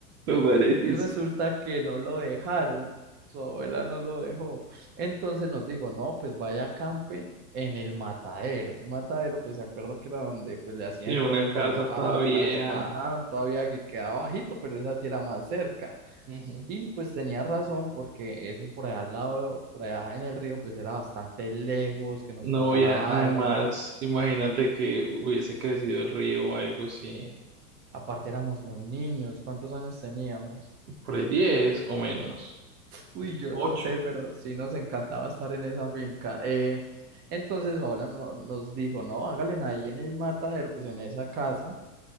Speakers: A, on the right (about 70°); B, on the right (about 25°).
A: Me parece,
B: Y resulta
A: sí.
B: que no lo dejaron, su abuela no lo dejó. Entonces nos dijo, no, pues vaya a campen en el matadero. El matadero, pues se acuerda que era donde pues le hacían
A: Sí, una
B: todo
A: casa
B: eso a las
A: toda
B: vacas,
A: vieja.
B: ajá, todavía que quedaba bajito, pero esa sí era más cerca.
A: ujú.
B: Y pues tenía razón porque eso por allá al lado, por allá en el río, pues era bastante lejos que nos
A: No,
B: pasara
A: y a- además,
B: algo, ¿no?
A: imagínate que hubiese crecido el río o algo sí.
B: Aparte éramos muy niños, ¿cuántos años teníamos?
A: por ahí 10 o menos.
B: Uy, yo
A: Ocho.
B: no sé, pero sí nos encantaba estar en esa finca. Eh, entonces Paola no- nos dijo, no, háganle ahí en el matadero, pues en esa casa,